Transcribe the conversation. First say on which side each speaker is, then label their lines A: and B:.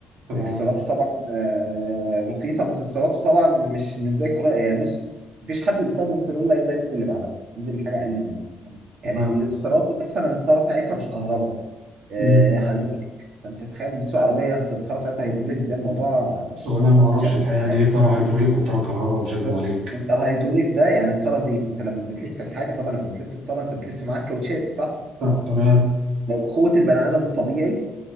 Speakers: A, on the right (about 75°); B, on the right (about 60°).
A: تمام
B: السيراميكا طبعا آه، رخيصه بس السيراميكا طبعا مش مش زي الكورولا يعني بص مفيش حد بيستخدم الكورولا يقدر ينزل اللي بعدها ينزل لحاجه اقل منها فاهم؟ يعني
A: تمام
B: السيراميكا مثلا الطاره بتاعتها مش كهرباء آه،
A: مم.
B: هيدروليك فانت تخيل بتسوق عربيه الطاره بتاعتها هيدروليك ده الموضوع مش
A: هو انا ما اعرفش
B: مش ألذ
A: الحقيقه يعني
B: حاجه
A: ايه ترى هيدروليك وترى كهرباء مش هكذب
B: بص
A: عليك
B: انت الهيدروليك ده يعني الطاره زيت انت لما بتلف الحاجه طبعا لما بتلف الطاره انت بتلف معاك كاوتشات صح؟
A: طب تمام
B: لو بقوه البني ادم الطبيعي